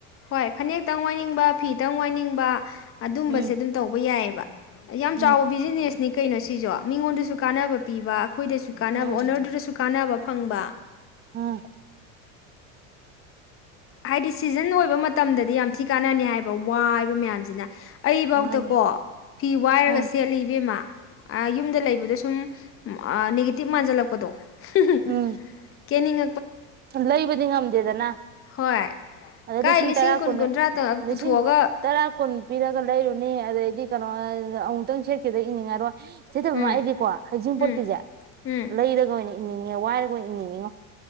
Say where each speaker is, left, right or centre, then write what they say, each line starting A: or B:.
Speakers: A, on the left; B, on the right.
A: ꯍꯣꯏ ꯐꯅꯦꯛꯇꯪ ꯋꯥꯏꯅꯤꯡꯕ ꯐꯤꯗꯪ ꯋꯥꯏꯅꯤꯡꯕ ꯑꯗꯨꯝꯕꯁꯦ
B: ꯎꯝ
A: ꯑꯗꯨꯝ ꯇꯧꯕ ꯌꯥꯏꯑꯕ ꯕꯥ ꯌꯥꯝ ꯆꯥꯎꯕ
B: ꯎꯝ
A: ꯕꯤꯖꯤꯅꯦꯁꯅꯤ ꯀꯩꯅꯣ ꯁꯤꯖꯣ ꯃꯤꯉꯣꯟꯗꯁꯨ ꯀꯥꯟꯅꯕ ꯄꯤꯕ ꯑꯩꯈꯣꯏꯗꯁꯨ ꯀꯥꯟꯅꯕ
B: ꯎꯝ
A: ꯑꯣꯅꯔꯗꯨꯗꯁꯨ ꯀꯥꯟꯅꯕ ꯐꯪꯕ
B: ꯎꯝ
A: ꯍꯥꯏꯗꯤ ꯁꯤꯖꯟ ꯑꯣꯏꯕ ꯃꯇꯝꯗꯗꯤ ꯌꯥꯝ ꯊꯤ ꯀꯥꯟꯅꯅꯤ ꯍꯥꯏꯕ ꯋꯥ ꯍꯥꯏꯕ ꯃꯌꯥꯝꯁꯤꯅ ꯑꯩꯐꯧꯇꯀꯣ
B: ꯃꯥꯅꯤ
A: ꯐꯤ ꯋꯥꯏꯔꯒ
B: ꯎꯝ
A: ꯁꯦꯠꯂꯤ ꯏꯕꯦꯝꯃ ꯌꯨꯝꯗ ꯂꯩꯕꯗ ꯁꯨꯝ ꯅꯦꯒꯦꯇꯤꯞ ꯃꯥꯟꯖꯜꯂꯛꯄꯗꯣ <unintelligible>
B: ꯎꯝ
A: ꯀꯦꯅꯤꯡ
B: ꯂꯩꯕꯗꯤ ꯉꯝꯗꯦꯗꯅ
A: ꯍꯣꯏ
B: ꯑꯗ
A: ꯀꯥꯏ
B: ꯂꯤꯁꯤꯡ ꯇꯔꯥ ꯀꯨꯟ
A: ꯀꯨꯟꯊ꯭ꯔꯥꯗ ꯄꯨꯊꯣꯛꯑꯒ
B: ꯂꯤꯁꯤꯡ ꯇꯔꯥ ꯀꯨꯟ ꯄꯤꯔꯒ ꯂꯩꯔꯨꯅꯤ ꯑꯗꯩꯗꯤ ꯀꯩꯅꯣ ꯑꯃꯨꯛꯇꯪ ꯁꯦꯠꯀꯦꯗ ꯏꯅꯤꯡꯉꯔꯣꯏ ꯁꯤꯗꯕ
A: ꯎꯝ
B: ꯑꯃ ꯑꯩꯗꯤꯀꯣ ꯍꯩꯖꯤꯡꯄꯣꯔꯠꯀꯤꯁꯦ
A: ꯎꯝ ꯎꯝ
B: ꯂꯩꯔꯒꯅꯤ ꯏꯅꯤꯡꯉꯦ ꯋꯥꯏꯔꯒꯣꯏ ꯏꯅꯤꯡꯉꯦꯉꯣ